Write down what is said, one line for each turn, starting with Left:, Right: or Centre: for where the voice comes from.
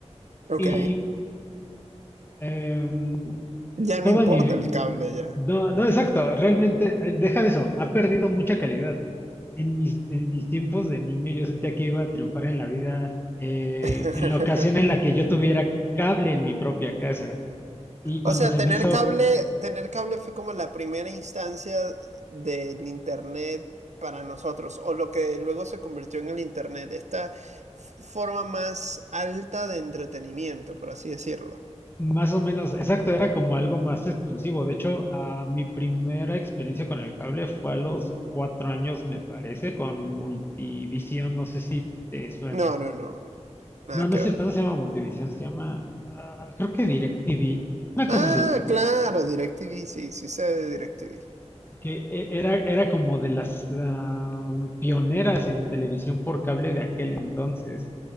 Right: Ok.
Left: y em,
Right: Ya no
Left: toda
Right: importa
Left: mi... vi-
Right: el cable ya.
Left: No, no, exacto, realmente, eh, deja de eso, ha perdido mucha calidad. En mis, en mis tiempos de niño yo sentía que iba a triunfar en la vida eh,
Right: <laughs>
Left: en la ocasión en la que yo tuviera cable en mi propia casa. Y cuando
Right: O sea,
Left: se
Right: tener
Left: me hizo,
Right: cable, tener cable fue como la primera instancia del internet para nosotros, o lo que luego se convirtió en el internet, esta f- forma más alta de entretenimiento, por así decirlo.
Left: Más o menos, exacto, era como algo más exclusivo. De hecho, ah, mi primera experiencia con el cable fue a los cuatro años, me parece, con Multivisión. No sé si te suena.
Right: No, no, no, nada
Left: No, no
Right: que
Left: es
Right: ver.
Left: cierto, no se llama Multivisión, se llama, ah, creo que DirecTV, una cosa
Right: Ah,
Left: así.
Right: claro, DirecTV, sí, sí sé de DirecTV.
Left: Que e- era, era como de las ah, pioneras en televisión por cable de aquel entonces.